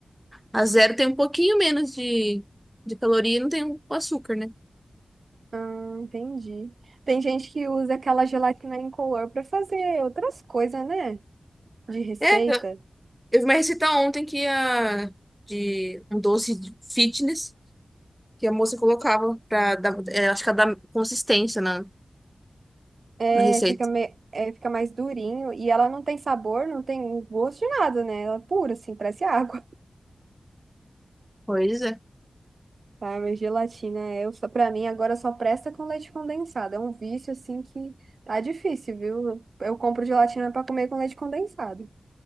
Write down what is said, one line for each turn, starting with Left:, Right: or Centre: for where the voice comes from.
Centre: a zero tem um pouquinho menos de, de caloria e não tem o açúcar, né?
Right: Hum, entendi. Tem gente que usa aquela gelatina incolor para fazer outras coisas, né? De receita.
Centre: É, eu vi uma receita ontem que a, de um doce de fitness que a moça colocava pra dar, é, acho que dar consistência na,
Right: É,
Centre: na receita.
Right: fica, me, é, fica mais durinho e ela não tem sabor, não tem gosto de nada, né? Ela é pura, assim, parece água.
Centre: Pois é.
Right: Ah, mas gelatina é, eu só- pra mim agora só presta com leite condensado. É um vício assim que tá difícil, viu? Eu, eu compro gelatina pra comer com leite condensado.